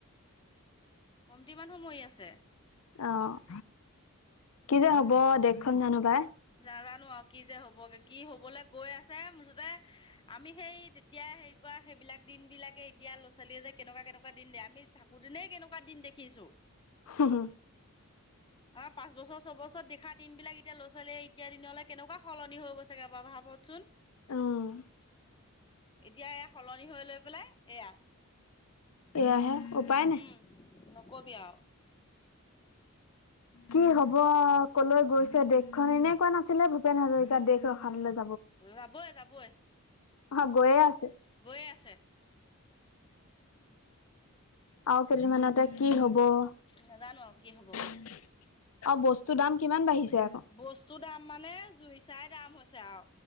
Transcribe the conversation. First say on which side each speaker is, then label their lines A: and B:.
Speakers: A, on the left; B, on the left.
A: কমটি মানুহ মৰি আছে।
B: অ', কি যে হ'ব দেশখন জানো পায়।
A: নাজানো আৰু কি যে হ'বগে কি হ'বলে গৈ আছে, মুঠতে আমি সেই তেতিয়াই হেৰি ক সেইবিলাক দিন বিলাকে এতিয়া ল'ৰা-ছোৱালীয়ে যে কেনেকুৱা কেনেকুৱা দিন দিয়ে, আমি থাকোতেনে কেনেকুৱা দিন দেখিছো।
B: হ হ
A: আ পাঁচ বছৰ, ছবছৰ দেখা দিন বিলাক এতিয়া লছ ছোৱালীয়ে এতিয়া দিনলে কেনেকুৱা সলনি হৈ গৈছেগে বাৰ ভাবকচোন।
B: অ',
A: এতিয়া এয়া সলন নি হৈ লৈ পেলাই এয়া,
B: এয়াহে উপায় নাই।
A: উম। নকবি আৰু।
B: কি হ'ব, কলৈ গৈছে দেশখন, এনেই কোৱা নাছিলে ভূপেন হাজৰিকা দেশ ৰসাতলে যা
A: যাবই, যাবই।
B: অ', গৈয়ে আছে।
A: গৈ আছে। <inaudible>
B: আৰু কেইদিনমানতে কি হ'ব, অ',
A: নাজানো আৰু কি হ'বগে
B: বস্ত টোৰ দাম কিমান বাঢ়িছে? আকৌ।
A: বস্তুৰ দাম মানে জুইছ চাই দাম হৈছে আৰু